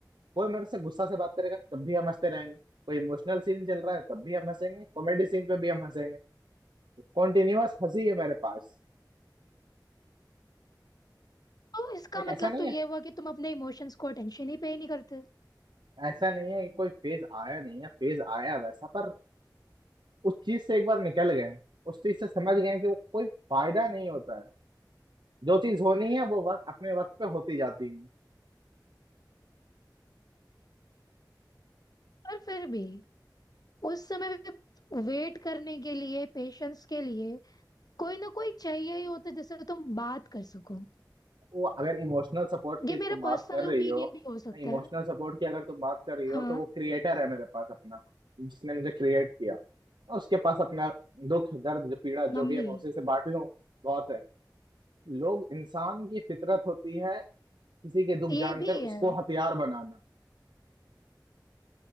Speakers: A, on the right; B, on the left.
A: कोई मेरे से गुस्सा से बात करेगा तब भी हम हंसते रहेंगे कोई इमोशनल सीन चल रहा है तब भी हम हंसेंगे कॉमेडी सीन पे भी हम हंसेंगे कॉन्टिन्यूअस हंसी है मेरे पास
B: तो इसका
A: लाइक
B: मतलब
A: ऐसा नहीं
B: तो ये
A: है
B: हुआ कि तुम अपने इमोशंस को अटेंशन ही पे नहीं करते
A: ऐसा नहीं है कि कोई फेज आया नहीं है फेज आया है वैसा पर उस चीज से एक बार निकल गए उस चीज से समझ गए कि वो कोई फायदा नहीं होता है जो चीज होनी है वो वक्त अपने वक्त पे होती जाती है
B: पर फिर भी उस समय वेट करने के लिए पेशेंस के लिए कोई ना कोई चाहिए ही होता है जिससे तुम बात कर सको
A: वो अगर इमोशनल सपोर्ट की
B: ये
A: तुम
B: मेरा
A: बात
B: पर्सनल
A: कर रही
B: ओपिनियन
A: हो
B: भी हो सकता
A: इमोशनल
B: है
A: सपोर्ट की अगर तुम बात कर रही हो
B: हाँ
A: तो वो क्रिएटर है मेरे पास अपना जिसने मुझे क्रिएट किया और उसके पास अपना दुख दर्द जो पीड़ा जो
B: मम्मी
A: भी है मैं उसी से बांट लूं बहुत है लोग इंसान की फितरत होती है किसी के दुख
B: ये
A: जानकर
B: भी है
A: उसको हथियार बनाना